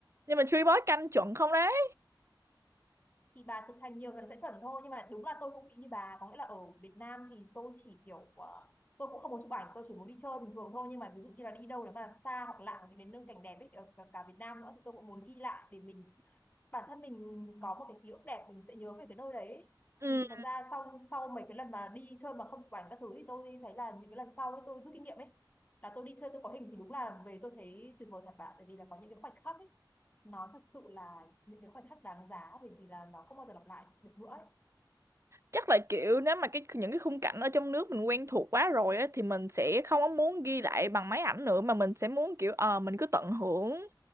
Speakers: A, on the right; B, on the left.
A: nhưng mà Tree Boy canh chuẩn không đấy
B: thì bà thực hành nhiều lần sẽ chuẩn thôi nhưng mà đúng là tôi cũng bị như bà có nghĩa là ở Việt Nam thì tôi chỉ kiểu ờ, tôi cũng không muốn chụp ảnh tôi chỉ muốn đi chơi bình thường thôi nhưng mà ví dụ như là đi đâu nếu mà xa hoặc lạ những đến nơi cảnh đẹp ấy ở cả cả Việt Nam nữa thì tôi cũng muốn ghi lại để mình bản thân mình có một cái ký ức đẹp mình sẽ nhớ về cái nơi đấy
A: ừ,
B: thì thật ra sau sau mấy cái lần mà đi chơi mà không chụp ảnh các thứ thì tôi thấy là những cái lần sau ấy tôi rút kinh nghiệm ấy là tôi đi chơi tôi có hình thì đúng là về tôi thấy tuyệt vời thật bạn tại vì là có những cái khoảnh khắc ấy nó thật sự là những cái khoảnh khắc đáng giá bởi vì là nó không bao giờ lặp lại được nữa ấy.
A: chắc là kiểu nếu mà cái những cái khung cảnh ở trong nước mình quen thuộc quá rồi á thì mình sẽ không có muốn ghi lại bằng máy ảnh nữa mà mình sẽ muốn kiểu ờ mình cứ tận hưởng